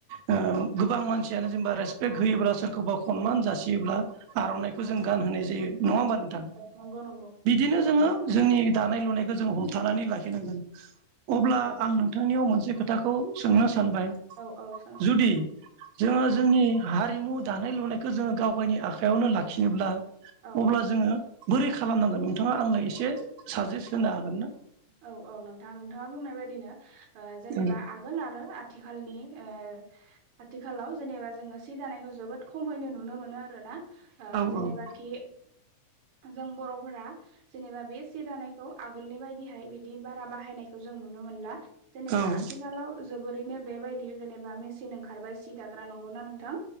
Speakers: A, on the right; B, on the right.
A: ओ गोबां मानसियानो जेनेबा रेसपेक्ट होयोब्ला सोर खौबा
B: औ
A: खनमान जासियोब्ला आर'नाइखौ जों
B: औ
A: गानहोनाय जायो नङा होमबा नोंथां
B: नंगौ नंगौ
A: बिदिनो जोङो
B: औ
A: जोंनि दानाय-लुनायखौ जों हमथानानै लाखिनांगोन अब्ला
B: औ
A: आं नोंथांनियाव मोनसे खोथाखौ सोंनो सानबाय
B: औ औ सों
A: जुदि जोङो जोंनि हारि मु दानाय-लुनायखौ जोङो गावगायनि आखायावनो लाखिनोब्ला
B: औ
A: अब्ला जोङो बोरै खालामनांगोन नोंथाङा आंनो एसे साजेस्ट होनो
B: औ
A: हागोन ना?
B: औ औ नोंथां नोंथाङा बुंनाय बायदिनो ओ जेनेबा
A: औ
B: आगोल आरो आथिखालनि ओ आथिखालाव जेनेबा जोङो सि दानायखौ जोबोद खमैनो नुनो मोनो आरो ना। ओ
A: औ
B: जेनेबााखि जों बर'फोरा जेनेबा बे सि दानाय खौ आोलनि बायदिहाय बि बारा बाहायनायखौ जों नुनो मोनला जेनेबा
A: औ
B: आथिलाव जोबोद ओरैनो बेबायदि जेनेबा मेसिन ओंखारबाय सि दाग्रा नंगौना नोंथां